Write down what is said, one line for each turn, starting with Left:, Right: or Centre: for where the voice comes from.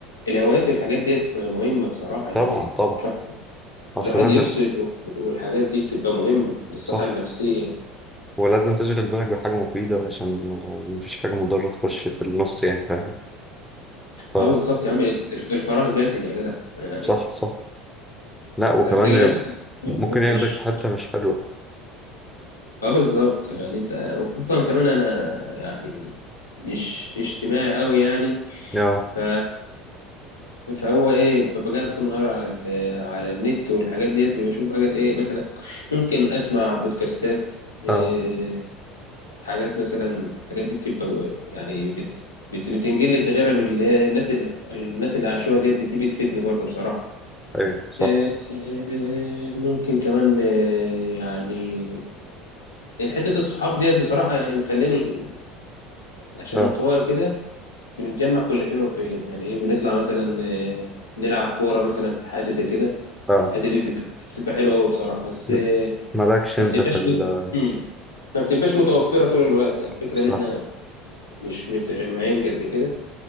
Left: الهوايات والحاجات ديت مهمة بصراحة يعني
Centre: طبعا طبعا
Left: مش واحد-
Centre: أصل
Left: الواحد
Centre: لازم
Left: يفصل و- والحاجات دي بتبقى مهمة للصحة
Centre: صح
Left: النفسية
Centre: ولازم تشغل بالك بحاجة مفيدة عشان آه، مفيش حاجة مضرة تخش في النص يعني فاهم؟ ف
Left: اه بالظبط يا عم الف- الفراغ قاتل يا جدع يعني
Centre: صح صح لا وكمان
Left: انت بتلاقي نفسك
Centre: ممكن ياخدك
Left: مش
Centre: في حتة مش حلوة
Left: اه بالظبط يعني انت وخصوصا كمان انا يعني مش اجتماعي قوي يعني
Centre: اه
Left: ف... فهو ايه ببقى قاعد طول النهار على ال... على النت والحاجات ديت بشوف بقى ايه مثلا ممكن اسمع بودكاستات إيه
Centre: اه
Left: حاجات مثلا الحاجات دي بتبقى يعني بت... بت... بتنقل لي التجارب اللي هي الناس اللي الناس اللي عاشوها ديت بتيجي بتفيدني برضه بصراحة
Centre: ايوه صح
Left: إيه إيه ممكن كمان إيه يعني حتة الصحاب ديت بصراحة يعني مخلاني عشان
Centre: اه
Left: انطوائي وكده بنتجمع كل فين وفين يعني ايه بنطلع مثلا آه، نلعب كورة مثلا في حاجة زي كده
Centre: اه
Left: الحتة دي بتبقى بتبقى حلوة أوي بصراحة بس
Centre: م.
Left: آه،
Centre: مالكش
Left: ما
Centre: انت
Left: بتبقاش
Centre: في ال
Left: مت... مم. ما بتبقاش متوفرة طول الوقت يعني الفكرة
Centre: صح
Left: إن إحنا مش متجمعين قد كده